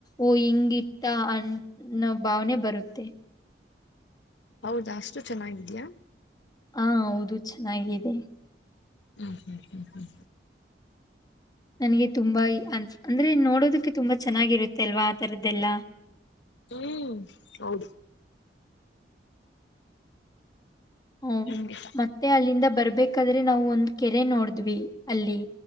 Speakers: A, on the left (about 20°); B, on the left (about 85°).
A: ಓ ಹಿಂಗಿತ್ತ ಅನ್ನೋ ಭಾವನೆ ಬರುತ್ತೆ.
B: ಹೌದ ಅಷ್ಟು ಚೆನ್ನಾಗಿದ್ಯಾ?
A: ಹಾ ಹೌದು ಚೆನ್ನಾಗಿದೆ.
B: ಹಾ ಹ್ಮ ಹ್ಮ್ ಹ್ಮ
A: ನನಗೆ ತುಂಬಾ ಇ ಅ ಅಂದ್ರೆ ನೋಡೋದಕ್ಕೆ ತುಂಬಾ ಚೆನ್ನಾಗಿರುತ್ತೆ ಅಲ್ವಾ ಆ ತರದ್ದೆಲ್ಲಾ
B: ಹ್ಮ್ ಹೌದು
A: ಹ್ಮ
B: ಖಂಡಿತ
A: ಮತ್ತೆ ಅಲ್ಲಿಂದ ಬರ್ಬೇಕ್ ಕಾದ್ರೆ ನಾವು ಒಂದ್ ಕೆರೆ ನೋಡಿದ್ವಿ ಅಲ್ಲಿ.